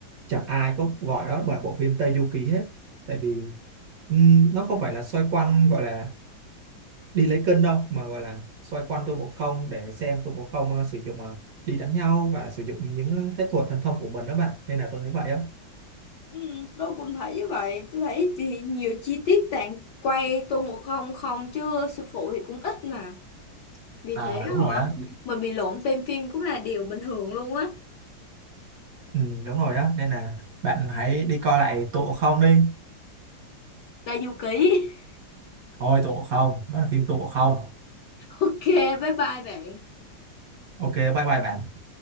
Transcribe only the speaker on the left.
Ừ, tôi cũng thấy như vậy tôi thấy thì nhiều chi tiết bạn quay Tô Ngộ Không không chứ sư phụ thì cũng ít mà Vì
thế
hả?
Mình bị lộn tên phim cũng là điều bình thường luôn á.
Tayuki. <laughs>
Ok, bye bye bạn.